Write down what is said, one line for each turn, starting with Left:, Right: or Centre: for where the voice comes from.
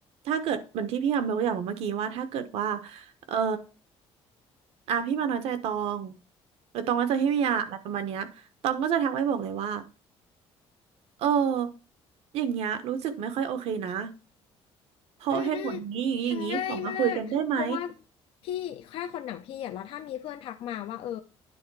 Right: ถ้าเกิดเหมือนที่พี่อายกตัวอย่างมาเมื่อกี้ว่าถ้าเกิดว่าเอออ่ะพี่มาน้อยใจตองหรือตองน้อยใจพี่วิยาอะไรประมาณเนี้ยตองก็จะทักไปบอกเลยว่าเอออย่างเงี้ยรู้สึกไม่ค่อยโอเคนะเพราะเหตุผลอย่างนี้อย่างนี้อย่างนี้ขอมาคุยกันได้ไหม
Left: อืมอืมมันง่ายมากเพราะว่าพี่แค่คนหนังพี่อ่ะแล้วถ้ามีเพื่อนทักมาว่าเออ